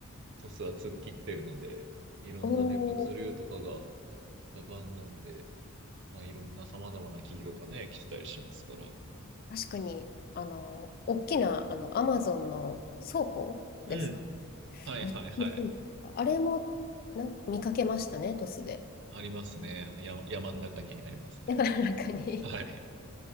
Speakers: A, on the right; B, on the left.
A: トスは突っ切ってるので、いろんなね、
B: お
A: 物流とかが
B: お、
A: 盛んなんで、まあいろんな様々な企業がね、来てたりしますから。
B: 確かに、あの、大きな、あの、アマゾンの倉庫ですかね
A: うんはいはいはい。
B: めっちゃ見せるあれもな見かけましたね、トスで。
A: ありますね。あの山、山の中にありますね。
B: だから中に
A: はい。
B: <laughs> い